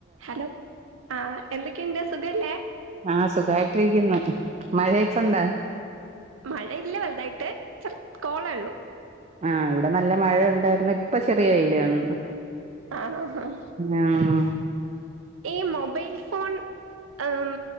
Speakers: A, on the right; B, on the right.
A: Hello ആഹ് എന്തൊക്കെയുണ്ട് സുഖല്ലേ
B: ആഹ് സുഖായിട്ടിരിക്കുന്നു മഴയെക്കൊണ്ടാ?
A: മഴ ഇല്ല വലുതായിട്ട് ചെർ കോളെ ഒള്ളൂ
B: ആഹ് ഇവിടെ നല്ല മഴ ഉണ്ടായിരുന്നു ഇപ്പ ചെറിയ വെയില് വന്നു
A: ആണോ ആഹ്
B: ആഹ്
A: ഈ മൊബൈൽ ഫോൺ ഏം